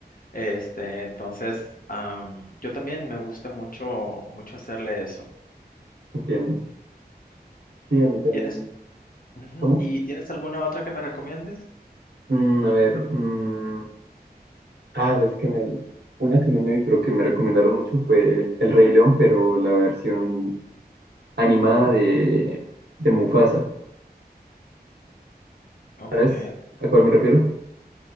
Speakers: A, on the left; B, on the right.
A: Este, entonces, am, yo también me gusta mucho, mucho hacerle eso.
B: entiendo. Sí, a mí también.
A: ¿Tienes, ujú,
B: ¿Cómo?
A: y tienes alguna otra que me recomiendes?
B: Mm, a ver, mm, ah, es que me vi. Una que no me vi, pero que me recomendaron mucho fue El Rey León, pero la versión animada de, de Mufasa.
A: Ok.
B: ¿Sabes a cuál me refiero?